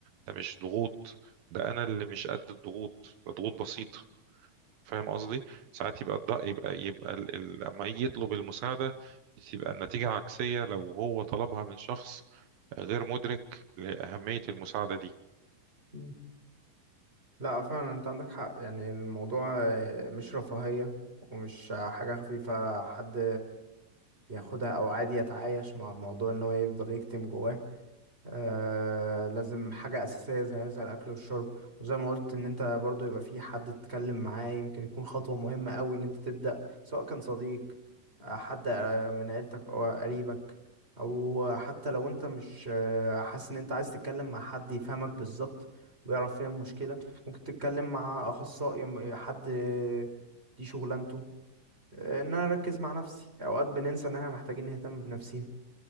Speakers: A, on the right; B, on the right.
A: ده مش ضغوط ده انا اللي مش قد الضغوط ده ضغوط بسيطة فاهم قصدي ساعات يبقى الضغط يبقى يبقى ال... ال- لما يجي يطلب المساعدة تبقى النتيجة عكسية لو هو طلبها من شخص غير مدرك لأهمية المساعدة دي
B: مم. لا فعلا انت عندك حق يعني الموضوع آه، مش رفاهية ومش آه، حاجة خفيفة حد ياخدها او عادي يتعايش مع الموضوع ان هو يفضل يكتم جواه آه لازم حاجة أساسية زي هذا الأكل والشرب وزي ما قلت إن أنت برضو يبقى في حد تتكلم معاه يمكن يكون خطوة مهمة أوي إن أنت تبدأ سواء كان صديق آه، حد آه، من عيلتك أو قريبك أو حتى لو أنت مش آه، حاسس إن أنت عايز تتكلم مع حد يفهمك بالظبط ويعرف فين المشكلة ممكن تتكلم مع أخصائي م- حد آه، دي شغلانته آه، إن أنا أركز مع نفسي أوقات بننسى إن إحنا محتاجين نهتم بنفسينا